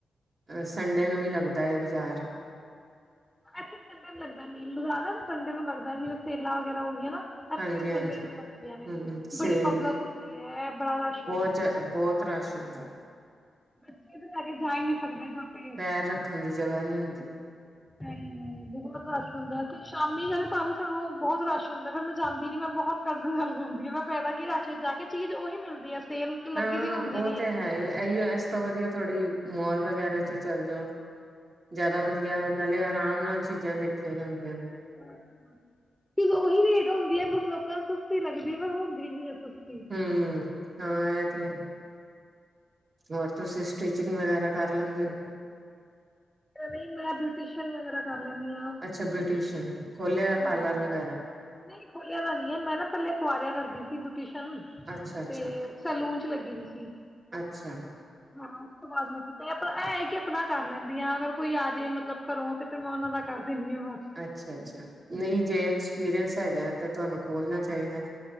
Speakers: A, on the right; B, in the centre.
A: ਅ ਸੰਡੇ ਨੂੰ ਵੀ ਲੱਗਦਾ ਹੈ ਬਾਜ਼ਾਰ। <unintelligible>
B: ਅੱਛਾ ਸੰਡੇ ਨੂੰ ਲੱਗਦਾ ਮੇਨ ਬਾਜ਼ਾਰ। ਸੰਡੇ ਨੂੰ ਲੱਗਦਾ ਜਵੇ ਸੇਲਾਂ ਵਗੈਰਾ ਹੋ ਗਈਆਂ ਨਾ। ਇੱਥੇ
A: ਹਾਂਜੀ-ਹਾਂਜੀ
B: ਵੀ ਸੰਡੇ ਨੂੰ ਲਗਦੀਆਂ ਨੇ,
A: ਹੂੰ ਸੇਲ
B: ਬੜੀ ਪਬਲਿਕ ਹੁੰਦੀ ਹੈ ਬੜਾ ਰਸ਼
A: ਬਹੁਤ
B: ਹੁੰਦਾ ਐ।
A: <unintelligible>
B: ਬੱਚੇ ਤਾਂ ਲੈ ਕੇ ਜਾ ਹੀ ਨਹੀਂ ਸਕਦੇ ਛੋਟੇ।
A: ਪੈਰ ਰੱਖਣ ਦੀ ਜਗ੍ਹਾ ਨਹੀਂ ਹੁੰਦੀ
B: ਨਹੀਂ ਨਹੀਂ ਬਹੁਤ ਰਸ਼ ਹੁੰਦਾ ਤੇ ਸ਼ਾਮੀ ਜਾਵੇ ਤਾਂ ਵੀ ਸਾਨੂੰ ਬਹੁਤ ਰਸ਼ ਹੁੰਦਾ ਫਿਰ ਮੈਂ ਜਾਂਦੀ ਨ ਮੈਂ ਬਹੁਤ ਕਰਦਜ਼ ਜਾਂਦੀ ਹ ਮੈਂ ਪਾਇਦਾ ਕੀ ਰਸ਼ ਜਾ ਕੇ ਚੀਜ਼ ਓਹੀ ਮਿਲਦੀ ਹੈ। ਸੇਲ ਲੱਗੀ
A: ਹਾਂ
B: ਦੀ ਹੁੰਦੀ
A: ਉਹ
B: ਨੀ
A: ਤੇ ਹੈ ਇਹੀ ਇਸ ਤੋਂ ਵਧੀਆ ਥੋੜ੍ਹੀ ਮੋਲ ਵਗੈਰਾ ਚ ਚੱਲ ਜੋ ਜ਼ਿਆਦਾ ਵਧੀਆ ਨਾਲੇ ਆਰਾਮ ਨਾਲ ਚੀਜ਼ਾਂ ਦੇਖੀਆਂ ਜਾਂਦੀਆਂ ਨੇ।
B: <unintelligible> ਤੇ ਓਹੀ ਰੇਟ ਹੋਂਦੀ ਹੈ ਲੋਕਾਂ ਨੂੰ ਸਸਤੀ ਲੱਗਦੀ ਐ ਪਰ ਹੁੰਦੀ ਨੀ ਐ ਸਸਤੀ
A: ਹੂੰ ਹਾਂ ਇਹ ਤੇ ਹੈ ਹੋਰ ਤੁਸੀਂ ਸਟੀਿਚਿੰਗ ਵਗੈਰਾ ਕਰ ਲੈਂਦੇ ਹੋ।
B: ਨਹੀਂ ਮੈਂ ਬਿਊਟੀਸ਼ਨਨ ਵਗੈਰਾ ਦਾ ਲੈਨੀ ਆਹ
A: ਅੱਛਾ ਬਿਊਟੀਸ਼ਨ ਖੋਲਿਆ ਹੋਇਆ ਪਾਰਲਰ
B: ਹਾਂਜੀ
A: ਵਗੈਰਾ
B: ਨਹੀਂ ਖੋਲਿਆ ਦਾ ਨਹੀਂ ਹੈ ਮੈਂ ਨਾਂ ਪਹਿਲਾ ਕੁਵਾਰਿਆ ਕਰਦੀ ਸੀ ਬਯੁਤੀਸ਼ਨ
A: ਅੱਛਾ-ਅੱਛਾ,
B: ਤੇ ਸਲੂਨ ਚ ਲੱਗੀ ਦੀ ਸੀ
A: ਅੱਛਾ।
B: ਹਾਂ ਉਸਦੋ ਬਾਅਦ ਮੈਂ ਕੀ ਚਲੋ ਅਪਨਾ ਇਹ ਹੈ ਕਿ ਆਪਣਾ ਕਰ ਯਾ ਅਗਰ ਕੋਈ ਆ ਜੇ ਮਤਲਬ ਘਰੋਂ ਤੇ ਫਿਰ ਮੈਂ ਉਹਨਾਂ ਦਾ ਕਰ ਦਿੰਦੀ ਹਾਂ ਬਸ
A: ਅੱਛਾ-ਅੱਛਾ ਨਹੀਂ ਜੇ ਐਕਸਪੀਰੀਅੰਸ ਹੈਗਾ ਤੇ ਤੁਹਾਨੂੰ ਖੋਲਣਾ ਚਾਹੀਦਾ